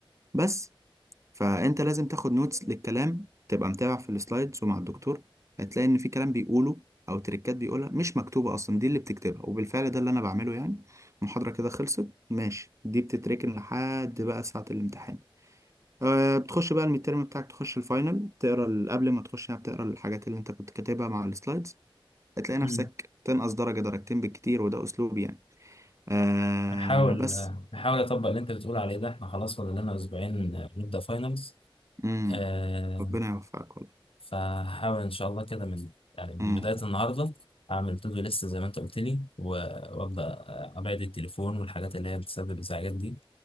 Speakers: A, on the right; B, on the left.
A: بس فانت لازم تاخد نوتس للكلام تبقى متابع في السلايدز ومع الدكتور هتلاقي ان في كلام بيقوله او تريكات بيقولها مش مكتوبه اصلا دي اللي بتكتبها وبالفعل ده اللي انا بعمله يعني المحاضره كده خلصت ماشي دي بتتركن لحد بقى ساعه الامتحان أه بتخش بقى الميدترم بتاعك تخش الفاينل تقرا ال- قبل ما تخش يعني بتقرا الحاجات اللي انت كنت كاتبها مع السلايدز هتلاقي نفسك
B: مم.
A: تنقص درجه درجتين بالكتير وده اسلوبي يعني أه
B: نحاول
A: بس
B: آه، نحاول اطبق اللي انت بتقول عليه ده احنا خلاص فاضل لنا اسبوعين آه، نبدا فاينلز
A: امم
B: آه
A: ربنا يوفقك والله
B: فهحاول ان شاء الله كده من يعني من
A: امم
B: بدايه النهارده اعمل تو دو ليست زي ما انت قلت لي و- وابدا آه، ابعد التليفون والحاجات اللي هي بتسبب ازعاجات دي